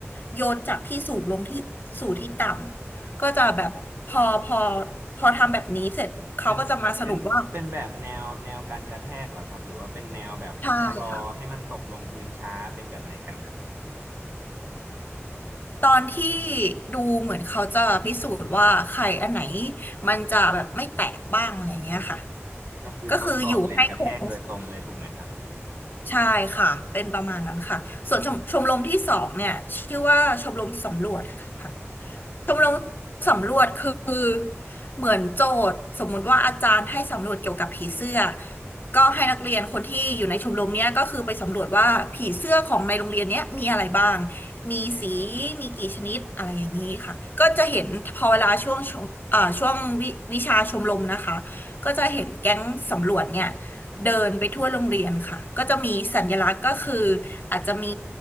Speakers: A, on the left; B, on the right.
A: โยนจากที่สูงลงที่สู่ที่ต่ำ ก็จะแบบพอพอพอทำแบบนี้เสร็จเขาก็จะมาสรุปว่า
B: เป็นเป็นเป็นแบบแนวแนวการกระแทกเหรอครับหรือว่าเป็นแนวแบบชะลอให้มันตกลงพื้นช้าเป็นแบบไหนกันครับ
A: ใช่ค่ะตอนที่ดูเหมือนเขาจะพิสูจน์ว่าไข่อันไหนมันจะแบบไม่แตกบ้างอะไรเงี้ยค่ะ
B: ก็คือทดสอบแรงกระแทกโดยตรงเลยถูกไหมครับ
A: ก็คืออยู่ให้คง ใช่ค่ะเป็นประมาณนั้นค่ะส่วนชมชมรมที่สองเนี่ยชื่อว่าชมรมสำรวจค่ะชมรมสำรวจคือเหมือนโจทย์สมมุติว่าอาจารย์ให้สำรวจเกี่ยวกับผีเสื้อก็ให้นักเรียนคนที่อยู่ในชมรมเนี้ยก็คือไปสำรวจว่าผีเสื้อของในโรงเรียนเนี้ยมีอะไรบ้างมีสีมีกี่ชนิดอะไรอย่างนี้ค่ะก็จะเห็นพอเวลาช่วงชมอ่าช่วงวิวิชาชมรมนะคะก็จะเห็นแก๊งสำรวจเนี่ย เดินไปทั่วโรงเรียนค่ะก็จะมีสัญลักษณ์ก็คืออาจจะมี